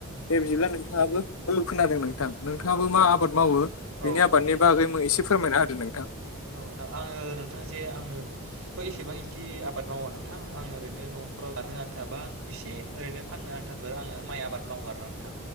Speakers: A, on the left (about 75°); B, on the right (about 75°).
A: दे बिदिब्ला नोंथाङाबो औ खोनादों नोंथां नोंथाङाबो मा आबाद मावो
B: औ
A: बिनि
B: औ
A: आबादनि बागै एसे फोरमायना होदो नोंथां?
B: औ नोंथां आङो नोंथां जे आङो एसेबां इदि आबाद मावा नोंथां आं ओरैनो न'खराव जानो आन्थाबा एसे ओरैनो फाननो आन्थाफोर आङो माइ आबाद मावो आरोना नोंथां